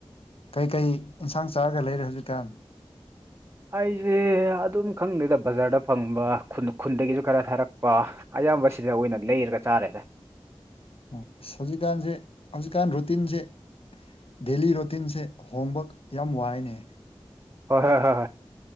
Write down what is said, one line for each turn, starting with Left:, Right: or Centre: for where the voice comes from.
Left: ꯀꯩꯀꯩ ꯏꯟꯁꯥꯡ ꯆꯥꯔꯒ ꯂꯩꯔꯦ ꯍꯧꯖꯤꯛꯀꯥꯟ
Right: ꯑꯩꯁꯦ ꯑꯗꯨꯝ ꯈꯪꯗꯦꯗ ꯕꯖꯥꯔꯗ ꯐꯪꯕ ꯈꯨꯟ ꯈꯨꯟꯗꯒꯤꯁꯨ ꯈꯔ ꯊꯥꯔꯛꯄ ꯑꯌꯥꯝꯕ ꯁꯤꯗ ꯑꯣꯏꯅ ꯂꯩꯔꯒ ꯆꯥꯔꯦꯗ
Left: ꯑꯣ ꯍꯧꯖꯤꯛꯀꯥꯟꯁꯦ ꯍꯧꯖꯤꯛꯀꯥꯟ ꯔꯨꯇꯤꯟꯁꯦ ꯗꯦꯂꯤ ꯔꯣꯇꯤꯟꯁꯦ ꯍꯣꯡꯕ ꯌꯥꯝ ꯋꯥꯏꯅꯦ
Right: ꯍꯣꯏ ꯍꯣꯏ ꯍꯣꯏ